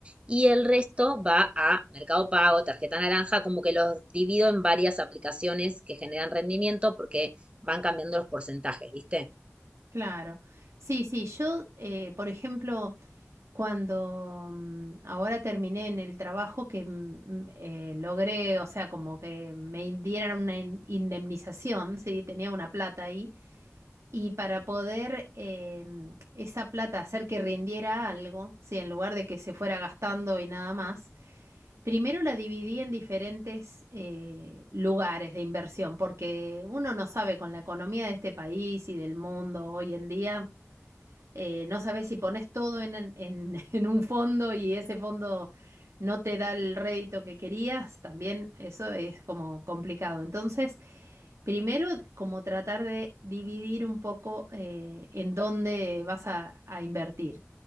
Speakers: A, on the right; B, on the right.
A: y el resto va a Mercado Pago, tarjeta naranja, como que los divido en varias aplicaciones que generan rendimiento porque van cambiando los porcentajes, ¿viste?
B: claro. Sí, sí, yo, eh, por ejemplo, cuando mm, ahora terminé en el trabajo que mm, mm, eh, logré, o sea, como que me dieran una in- indemnización, sí, tenía una plata ahí Y para poder em, esa plata hacer que rindiera algo, sí, en lugar de que se fuera gastando y nada más, primero la dividí en diferentes eh, lugares de inversión, porque uno no sabe con la economía de este país y del mundo hoy en día, eh, no sabes si pones todo en, en, en- <laughs> en un fondo y ese fondo no te da el rédito que querías, también eso es como complicado. Entonces... Primero, como tratar de dividir un poco eh, en dónde vas a, a invertir.